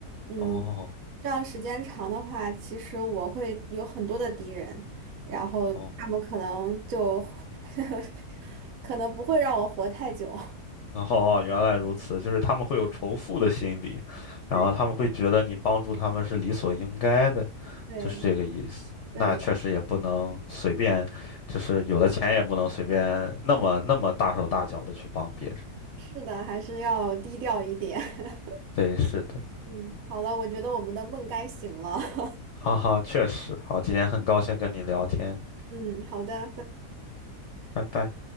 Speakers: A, on the right (about 65°); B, on the left (about 60°).
A: 嗯。
B: 哦
A: 这样时间长的话，其实我会有很多的敌人，然后他们可能就
B: 哦。
A: <laughs> 可能不会让我活太久。<laughs>
B: 然后哦，原来如此，就是他们会有仇富的心理，然后他们会觉得你帮助他们是理所应该的，
A: 对对
B: 就是这个意思。
A: 对，
B: 那确实也不能随便，就是有了钱也不能随便那么那么大手大脚的去帮别人。
A: 是的，还是要低调一点。<laughs>
B: 对，是的，
A: 嗯，好了，我觉得我们的梦该醒了。<laughs>
B: 哈哈，确实。好，今天很高兴跟你聊天，
A: 嗯，好的。
B: 拜拜。